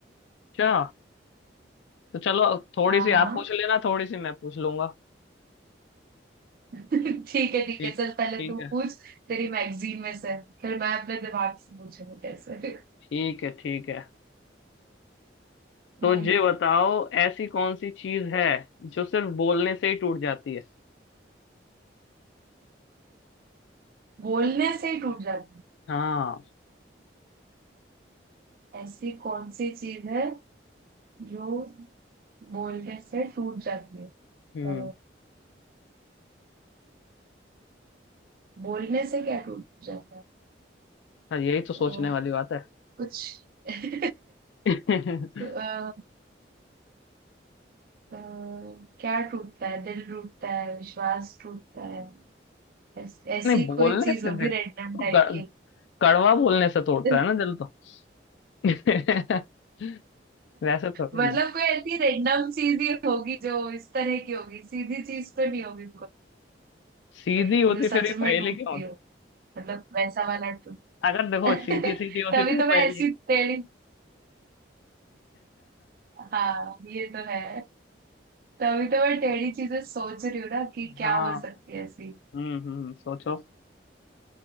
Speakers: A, on the left; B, on the right.
A: अच्छा तो चलो थोड़ी
B: हाँ
A: सी
B: हाँ
A: आप पूछ लेना थोड़ी सी मैं पूछ लूंगा
B: <laughs> ठीक है ठीक
A: ठीक
B: है चल पहले
A: ठीक
B: तू
A: है
B: पूछ तेरी मैगजीन में से फिर मैं अपने दिमाग से पूछूंगी कैसे
A: ठीक है ठीक है तो
B: हम्म
A: ये बताओ ऐसी कौन सी चीज है जो सिर्फ बोलने से ही टूट जाती है
B: बोलने से ही टूट जाती
A: हाँ
B: है ऐसी कौन सी चीज है जो बोलने से टूट जाती है
A: हम्म
B: अ, बोलने से क्या टूट जाता
A: हाँ, यही तो सोचने
B: है
A: वाली बात है
B: कुछ <laughs>
A: नहीं
B: अ, अ, क्या टूटता है दिल टूटता है विश्वास टूटता है ऐस- ऐसी
A: बोलने
B: कोई चीज
A: से
B: होगी
A: दिल तो
B: रैंडम टाइप
A: ग-
B: की
A: कड़वा बोलने से तोड़ता
B: <laughs>
A: है ना दिल तो <laughs> वैसे थोड़ी
B: मतलब
A: ना
B: कोई ऐसी रैंडम चीज ही होगी जो इस तरह की होगी सीधी चीज तो नहीं होगी
A: सीधी
B: कोई
A: होती
B: जो सच
A: फिर ये
B: में
A: पहेली
B: टूटती
A: क्यों होती
B: हो मतलब वैसा वाला टूट
A: अगर देखो
B: <laughs>
A: सीधी सीधी होती
B: तभी
A: तो ये
B: तो मैं
A: पहेली
B: ऐसी
A: नहीं।
B: टेढ़ी हाँ ये तो है तभी तो मैं टेढ़ी चीजें सोच रही हूँ ना कि
A: <laughs>
B: क्या
A: हाँ
B: हो सकती है ऐसी
A: हम्म हम्म सोचो